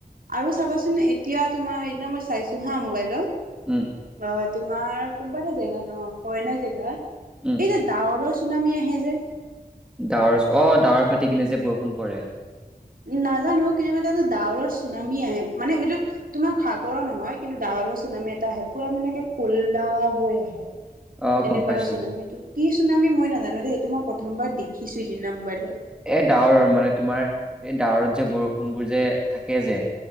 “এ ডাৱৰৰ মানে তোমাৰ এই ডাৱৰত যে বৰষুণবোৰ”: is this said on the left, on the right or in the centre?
Centre